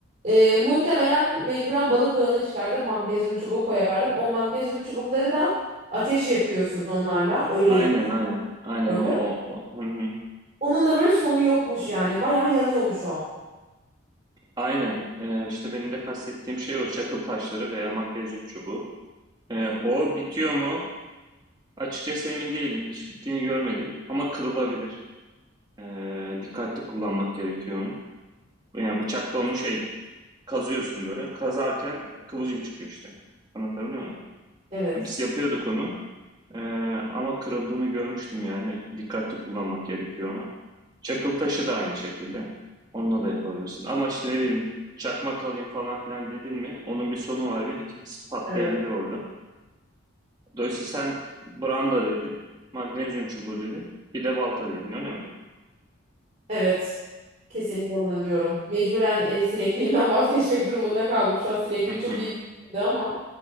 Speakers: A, on the right; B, on the right.
A: Ee, muhtemelen mecburen balık ağını çıkardım. Magnezyum çubuğu koyardım. O magnezyum çubukları da ateş yakıyorsun onlarla. Öyleymiş
B: Aynen aynen. Aynen
A: gördüm.
B: o o o. Hı hı.
A: Onun da böyle sonu yokmuş yani. Bayağı yanıyormuş o.
B: Aynen. E, işte benim de kastettiğim şey o. Çakıl taşları veya magnezyum çubuğu. E, o bitiyor mu? Açıkçası emin değilim. Hiç bittiğini görmedim. Ama kırılabilir. Ee, dikkatli kullanmak gerekiyor onu. Yani bıçakla onu şey kazıyorsun böyle. Kazarken kıvılcım çıkıyor işte. Anlatabiliyor muyum?
A: Evet.
B: Biz yapıyorduk onu. Ee, ama kırıldığını görmüştüm yani. Dikkatli kullanmak gerekiyor onu. Çakıl taşı da aynı şekilde. Onunla da yapabilirsin. Ama işte ne bileyim çakmak alayım falan filan dedin mi? Onun bir sonu var bir. ikincisi patlayabilir
A: Evet.
B: orada. Dolayısıyla sen branda dedin. Magnezyum çubuğu dedin. Bir de balta dedin öyle mi?
A: Evet. Kesinlikle bunu diyorum. Mecburen e, sinekliğimden <laughs> vazgeçmek durumunda kaldım. Şu an sineklik
B: Hı hı.
A: çok iyi bir şeydi ama